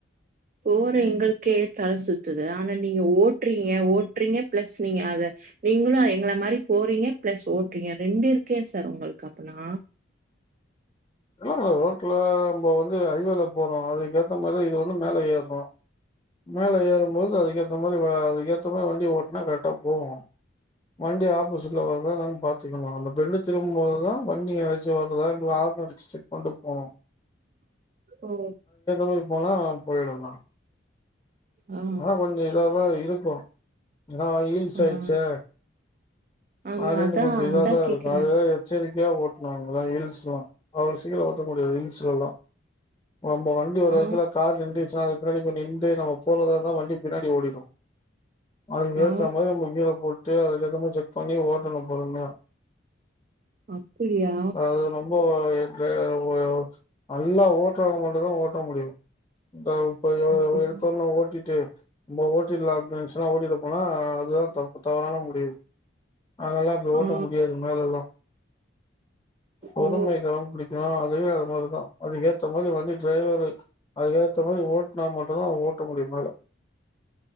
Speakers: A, on the right; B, on the left.
A: போற எங்களுக்கே தலை சுத்துது ஆனா நீங்க ஓட்றீங்க ஓட்றீங்க பிளஸ் நீங்க அத நீங்களும் எங்கள மாரி போறீங்க பிளஸ் ஓட்றீங்க ரெண்டு இருக்கே சார் உங்களுக்கு அப்பனா
B: எல்லா ரோட்ல நம்ப வந்து ஹைவேல போறோம் அதுக்கேத்த மாதிரிதா இது வந்து மேல ஏர்றோம் மேல ஏறும் போது அதுக்கே அ மாரிவா அதுக்கேத்த மாரி வண்டி ஓட்னா கரெக்டா போவோம் வண்டி ஆப்போசிட்ல வந்தா பாத்துக்கணும் அந்த பெல்லு திரும்போதுதான் வண்டி நச்சி வருதா இல்ல ஆரோன் அடிச் செக் பண்ணிட்டு போனோ
A: ஓ
B: மாரி போனா போயிடலா
A: ஆ
B: ஆனா கொஞ்ச இததா இருக் கு ஏனா ஹீல்ஸ்ஸாயிச்சே
A: ஆ ஆமா
B: அப்டின்ட்டு
A: அதான்
B: கொஞ்சோ இதாதா
A: அதான் கேக்குறேன்
B: இருக்கு அது எச்சரிக் கையா ஓட்னு அங்கல்லா ஹில்ஸ்லா அவ்ளோ சீக்கிர ஓட்ட முடியாது ஹில்ஸ்லல்லா நம்ப வண்டி ஒரு
A: ஆ
B: எடத்துல கார் நின்ருச்சுனா அது பின்னாடி இப்ப நிண்டு நம்ம போறதாருந்தா வண்டி பின்னாடி ஓடிடு அதுக்கு ஏற்ற
A: ஆ
B: மாரி நம்ம கீரா போட் டு அதுக்கு ஏத்தமாரி செக் பண்ணி ஓடணு பொறுமையா
A: அப்படியா
B: அது ரொம்போ ஓ ட்ற ஓ நல்லா ஓட்றவங்க மட்டுந்தா ஓட்ட முடியு இந்த போய் எ
A: அப்படி
B: எடுத்தோன்ன ஓட்டிட்டு நம்ப ஓட்டிட்லா அப்டினு நெனச்சுலா ஓட்டிட்டு போனா அதுதா தப்பு தவறான முடிவு அதெல்லா அப்டி ஓட்ட
A: ஆ
B: முடியாது மேலெல்லா பொறுமை
A: ஓ
B: கடப்பிடிக்கணு அதுவே அது மாரிதா அதுக்கு ஏத்த மாரி வண்டி டிரைவரு அதுக்கேத்தமாரி ஓட் டுனா மட்டும்தா ஓட்ட முடியு மேல